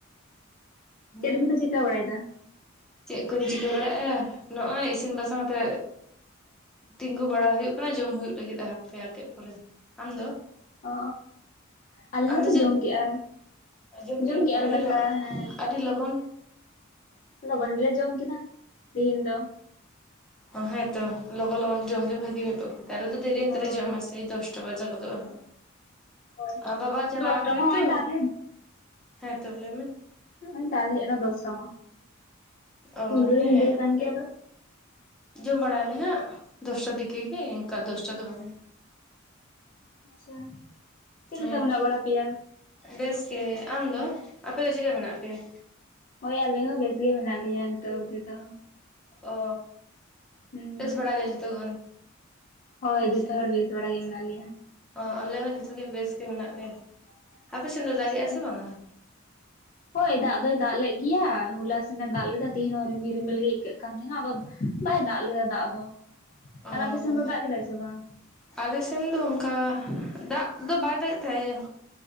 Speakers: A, on the left; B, in the centre.
A: ᱪᱮᱫ
B: ᱞᱟᱹᱭ
A: ᱠᱚᱯᱮ
B: ᱢᱮ
A: ᱪᱮᱠᱟᱹ ᱵᱟᱲᱟᱭᱮᱫᱟ?
B: ᱪᱮᱫ ᱠᱚᱧ ᱪᱤᱠᱟᱹ ᱵᱟᱲᱟᱜᱼᱟ ᱱᱚᱜᱼᱚᱭ ᱤᱥᱤᱱ ᱵᱟᱥᱟᱝ ᱠᱟᱛᱮ ᱛᱤᱸᱜᱩ ᱵᱟᱲᱟ ᱦᱩᱭᱩᱜ ᱠᱟᱱᱟ ᱡᱚᱢ ᱦᱩᱭᱩᱜ ᱞᱟᱹᱜᱤᱫᱼᱟ ᱦᱟᱯᱮ ᱟᱨ ᱠᱟᱹᱪ ᱯᱚᱨᱮ ᱟᱢᱫᱚ?
A: ᱚ ᱟᱞᱮ ᱦᱚᱸᱞᱮ
B: ᱫᱚ ᱪᱮᱫ
A: ᱡᱚᱢ ᱠᱮᱜᱼᱟ
B: ᱟᱸᱡᱚᱢ
A: ᱡᱚᱢ
B: ᱠᱮᱜᱼᱟ
A: ᱠᱮᱜ
B: ᱯᱮ
A: ᱟᱞᱮ
B: ᱟᱹᱰᱤ
A: ᱫᱟᱠᱟ ᱦᱮᱸ
B: ᱟᱹᱰᱤ ᱞᱚᱜᱚᱱ
A: ᱞᱚᱜᱚᱱ ᱜᱮᱞᱮ ᱡᱚᱢ ᱠᱮᱫᱟ᱾ ᱛᱤᱦᱤᱧ ᱫᱚ
B: ᱚ ᱦᱮᱸᱛᱚ ᱞᱚᱜᱚ ᱞᱚᱜᱚᱱ ᱡᱚᱢ
A: ᱦᱩᱸ
B: ᱜᱮ ᱵᱷᱟᱜᱤ ᱱᱤᱛᱚᱜ ᱛᱟᱦᱚᱞᱮ ᱛᱚ ᱫᱮᱨᱤ ᱦᱟᱛᱮ
A: ᱦᱳᱭ
B: ᱨᱮ ᱡᱚᱢᱟ ᱥᱮᱭ ᱫᱚᱥᱴᱟ ᱵᱟᱡᱟ ᱜᱚᱫᱚᱜᱼᱟ ᱦᱟᱸᱜ
A: ᱦᱳᱭ
B: ᱵᱟᱵᱟ ᱪᱟᱞᱟ
A: ᱫᱚᱥᱴᱟ
B: ᱠᱟᱱᱟᱭ
A: ᱢᱟ ᱦᱚᱸᱜᱼᱚᱭ
B: ᱛᱚ
A: ᱫᱟᱜ ᱞᱮᱫ
B: ᱦᱮᱸ ᱛᱚ ᱞᱟᱹᱭ ᱢᱮ
A: ᱱᱚᱜᱚᱭ ᱫᱟᱞ ᱦᱮᱡ ᱮᱱᱟ ᱫᱚᱥᱴᱟ ᱢᱟ
B: ᱚ
A: ᱧᱤᱫᱟᱹ
B: ᱦᱮᱸ
A: ᱫᱚ ᱧᱤᱫᱟᱹ
B: ᱦᱮᱸ
A: ᱟᱠᱟᱱ ᱜᱮᱭᱟ
B: ᱠᱟᱹᱡ
A: ᱟᱫᱚ
B: ᱡᱚᱢ ᱵᱟᱲᱟᱭᱟᱞᱮ ᱦᱟᱸᱜ ᱫᱚᱥᱴᱟ ᱫᱤᱠᱮ ᱜᱮ ᱤᱱᱠᱟ ᱫᱚᱥᱴᱟ ᱫᱚ ᱵᱟᱝᱼᱟ᱾
A: ᱟᱪᱪᱷᱟ ᱪᱮᱫ ᱞᱮᱠᱟ
B: ᱦᱮᱸ
A: ᱢᱮᱱᱟᱜ ᱵᱟᱲᱟ ᱯᱮᱭᱟ?
B: ᱵᱮᱥ ᱜᱮ ᱟᱢᱫᱚ ᱟᱯᱮ ᱫᱚ ᱪᱮᱫᱠᱟ ᱢᱮᱱᱟᱜ ᱯᱮᱭᱟ
A: ᱦᱳᱭ ᱟᱞᱮ ᱦᱚᱸ ᱵᱮᱥ ᱜᱮ ᱢᱮᱱᱟᱜ ᱞᱮᱭᱟ ᱱᱤᱛᱚᱜ ᱚᱵᱫᱤ ᱫᱚ
B: ᱚ
A: ᱦᱩᱸ
B: ᱵᱮᱥ ᱵᱟᱲᱟ ᱜᱮ ᱡᱷᱚᱛᱚ ᱜᱚᱱ
A: ᱦᱳᱭ
B: ᱦᱮᱸᱥᱮ
A: ᱡᱚᱛᱚ ᱦᱚᱲ ᱵᱮᱥ ᱵᱟᱲᱟ ᱜᱮ ᱢᱮᱱᱟᱜ ᱞᱮᱭᱟ᱾
B: ᱚ ᱟᱞᱮ ᱦᱚᱸ ᱡᱚᱛᱚ ᱵᱮᱥ ᱜᱮ ᱢᱮᱱᱟᱜ ᱞᱮᱭᱟ ᱦᱟᱯᱮ ᱥᱮᱱ ᱫᱚ
A: ᱟᱪᱪᱷᱟ
B: ᱫᱟᱜᱽᱮᱫᱟᱭ ᱥᱮ ᱵᱟᱝᱼᱟ?
A: ᱦᱳᱭ ᱫᱟᱜᱽ ᱫᱚᱭ ᱫᱟᱜᱽ ᱞᱮᱫ ᱜᱮᱭᱟ ᱦᱚᱞᱟ ᱥᱮᱱᱮ ᱫᱟᱜᱽ ᱞᱮᱫᱟ ᱛᱮᱦᱮᱱ ᱦᱚᱸ ᱨᱤᱢᱤᱞ ᱨᱤᱢᱤᱞ ᱜᱮ ᱟᱹᱭᱠᱟᱹᱜ ᱠᱟᱱ ᱛᱟᱦᱮᱱᱟ ᱟᱫᱚ ᱵᱟᱭ ᱫᱟᱜᱽ ᱞᱮᱫᱟ ᱫᱟᱜᱽ ᱫᱚ
B: ᱚ
A: ᱟᱨ ᱟᱯᱮ ᱥᱮᱱ ᱫᱚ ᱫᱟᱜᱽ ᱠᱮᱫᱟᱭ ᱥᱮ ᱵᱟᱝ?
B: ᱟᱞᱮ ᱥᱮᱱ ᱫᱚ ᱚᱱᱠᱟ ᱫᱟᱜᱽ ᱫᱚ ᱵᱟᱭ ᱫᱟᱜᱮᱫ ᱛᱟᱦᱮᱸ